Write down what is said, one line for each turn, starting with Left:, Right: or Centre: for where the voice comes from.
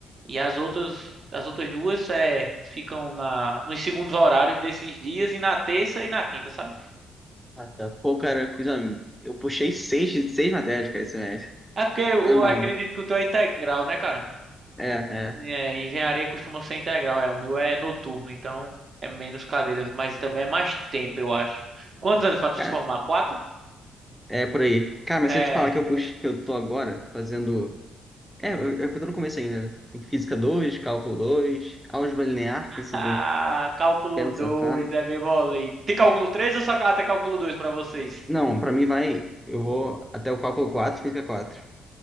Right: E as outras, as outras duas é, ficam na, nos segundos horários desses dias e na terça e na quinta, sabe?
Centre: Ah, tá. Pô, cara, eu fiz uma- eu puxei seis, seis matérias, cara, esse semestre.
Right: É porque eu
Centre: Tá maluco.
Right: acredito que o teu é integral, né, cara?
Centre: É, é.
Right: É, engenharia costuma ser integral, é. O meu é noturno, então é menos cadeiras, mas também é mais tempo, eu acho. Quantos anos para tu
Centre: Cara,
Right: se formar? Quatro?
Centre: é por aí. Cara, mas
Right: É.
Centre: se eu te falar que
Right: <laughs>
Centre: eu puxo, que eu tô agora fazendo. É, eu, eu tô no começo ainda. né? Tem física dois cálculo dois álgebra linear, tem sido
Right: Ah,
Centre: um
Right: cálculo
Centre: pêndulo
Right: 2,
Centre: safado.
Right: é bem mole. Tem cálculo 3? ou só até cálculo 2 para vocês?
Centre: Não, pra mim vai. Eu vou até o cálculo quatro física quatro